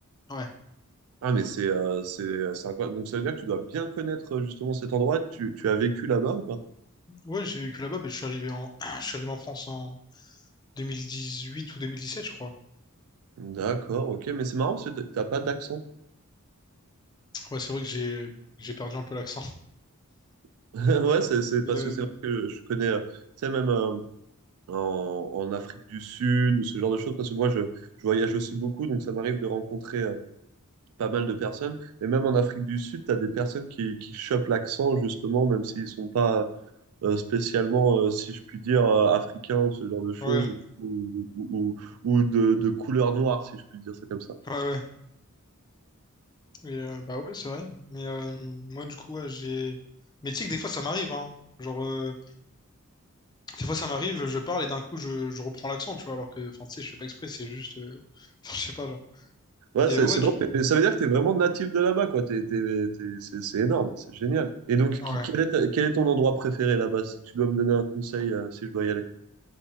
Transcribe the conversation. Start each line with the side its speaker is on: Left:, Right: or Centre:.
Left: Ouais.
Right: Ah, mais c'est euh, c'est, c'est incroyable. Donc, ça veut dire que tu dois bien connaître euh, justement cet endroit. Tu, tu as vécu là-bas ou pas?
Left: Ouais, j'ai vécu là-bas, ben, je suis arrivé en... <clears throat> je suis arrivé en France en 2018 ou 2017, je crois.
Right: D'accord, ok. Mais c'est marrant parce que t'as t'as pas d'accent.
Left: Ouais, c'est vrai que j'ai j'ai perdu un peu l'accent.
Right: <laughs> Ouais, c'est c'est
Left: <laughs> Mais
Right: parce
Left: euh,
Right: que c'est vrai que je connais, euh, tu sais, même euh, en, en Afrique du Sud ou ce genre de choses, parce que moi, je, je voyage aussi beaucoup, donc ça m'arrive de rencontrer. euh, pas mal de personnes. Et même en Afrique du Sud, tu as des personnes qui, qui chopent l'accent, justement, même s'ils sont pas euh, spécialement, euh, si je puis dire, euh, africains ou ce genre de choses,
Left: ouais,
Right: ou, ou, ou, ou de, de couleur noire, si je puis dire ça comme ça.
Left: ouais, ouais. Et, euh, bah ouais, c'est vrai. Mais euh, moi, du coup, ouais, j'ai... Mais tu sais que des fois, ça m'arrive, hein. Genre, euh, des fois, ça m'arrive, je parle et d'un coup, je, je reprends l'accent, tu vois, alors que, enfin, tu sais, je fais pas exprès, c'est juste... euh, <laughs> enfin, je sais pas, genre.
Right: Ouais,
Left: Et
Right: c'est
Left: euh, ouais,
Right: c'est
Left: du
Right: drôle.
Left: coup...
Right: Mais ça veut dire que tu es vraiment natif de là-bas, quoi. T'es- t'es- t'es- c'est c'est énorme, c'est génial. Et donc,
Left: Ouais.
Right: qui- quel est, ta- quel est ton endroit préféré là-bas, si tu dois me donner un conseil, euh, si je dois y aller?